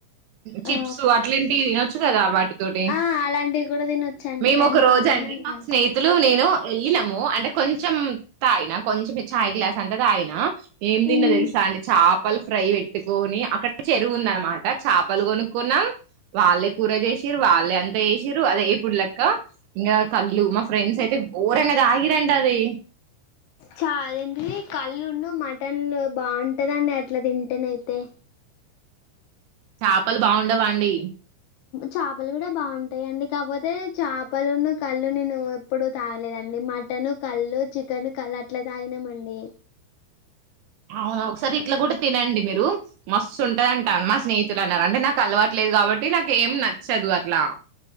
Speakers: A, on the right; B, on the left.
A: చిప్స్
B: ఆ
A: అట్లాంటివి తినొచ్చు క కదా వాటితోటి
B: ఆ అలాంటివి కూడా తినొచ్చండి
A: మేము
B: దానికి
A: ఒక రోజ
B: ఏదైనా
A: అండి మా
B: కాదు
A: స్నేహితులు నేను వెళ్ళినము అంటే కొంచెం తాయినా కొంచెం చాయ్ గ్లాస్ అంత తాగనా ఏం తిన్న
B: మ్మ్.
A: తెలుసా అండి చేపలు ఫ్రై పెట్టుకొని అక్కడికి చెరువు ఉందన్న మాట చేపలు కొనుక్కున్న వాళ్ళే కూర చేసిరు వాళ్ళే అంతా చేసిరు అదే ఎప్పుడు లెక్క ఇంకా కళ్ళు మా ఫ్రెండ్స్ అయితే గోరంగా తాగిందంట అది
B: చాలేంటి కళ్ళు మటన్ బాగుంటదండి అట్లా తింటేన అయితే
A: చేపలు బాగుండవా అండి
B: చేపలు కూడా బాగుంటాయిండి కాకపోతే చేపలులను కళ్ళు నేను ఎప్పుడూ తాగలేదండి మటన్ కళ్ళు చికెన్ కళ్ళు అట్లా తాగినంమండి
A: నో సౌండ్ అవును ఒకసారి ఇట్లా కూడా తినండి మీరు మస్తు ఉంటది అంటాను మా స్నేహితులు అన్నారు అంటే నాకు అలవాట్లే లేదు కాబట్టి నాకు ఏం నచ్చదు అట్లా